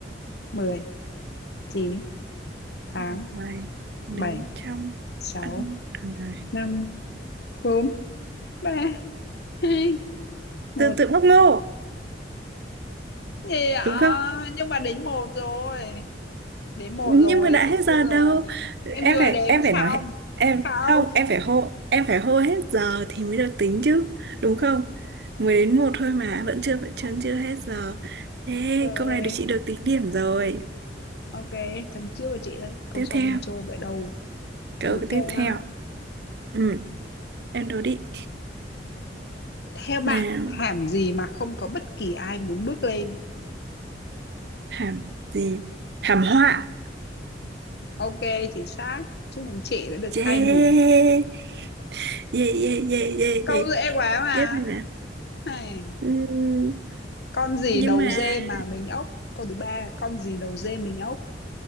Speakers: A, on the left (about 60°); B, on the right (about 60°).
A: mười chín tám
B: bỏ ngoài nướng
A: bảy
B: trong
A: sáu
B: ăn ngoài
A: năm bốn ba hai một
B: tự tự bóc ngô
A: thì à,
B: đúng không
A: nhưng mà đến một rồi đến một
B: nhưng
A: rồi
B: mà đã
A: chị
B: hết giờ
A: thua
B: đâu
A: rồi em
B: em
A: vừa
B: phải
A: đếm
B: em
A: xong
B: phải nói hết- em
A: không
B: không em phải hô em phải hô hết giờ thì mới được tính chứ đúng không mới đến một thôi mà vẫn chưa vẫn chân chưa hết giờ thế
A: ok
B: câu này được chị được tính điểm rồi
A: ok chấm trước với chị đấy câu
B: tiếp
A: sau
B: theo
A: không chơi vậy đâu
B: câu
A: câu tiếp
B: tiếp
A: theo
B: theo
A: nhá
B: ừ em đố đi
A: theo bạn
B: nào
A: thảm gì mà không có bất kỳ ai muốn bước lên
B: thảm gì thảm họa
A: ok chính xác chúc mừng chị đã được
B: yeah
A: hai điểm
B: yeah yeah yeah yeah,
A: câu
B: yeah.
A: dễ quá mà
B: tiếp này nè
A: Hay.
B: Ừm,
A: con gì
B: nhưng
A: đầu
B: mà
A: dê mà mình ốc câu thứ ba con gì đầu dê mình ốc